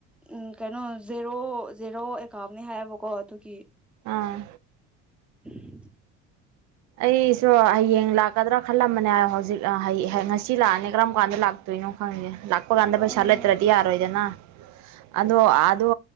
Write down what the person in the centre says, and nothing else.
ꯎꯝ ꯀꯩꯅꯣ ꯖꯦꯔꯣ ꯖꯦꯔꯣ ꯑꯦꯀꯥꯎꯝꯅꯤ ꯍꯥꯏꯌꯦꯕꯀꯣ ꯑꯗꯨꯒꯤ
<unintelligible>
ꯎꯝ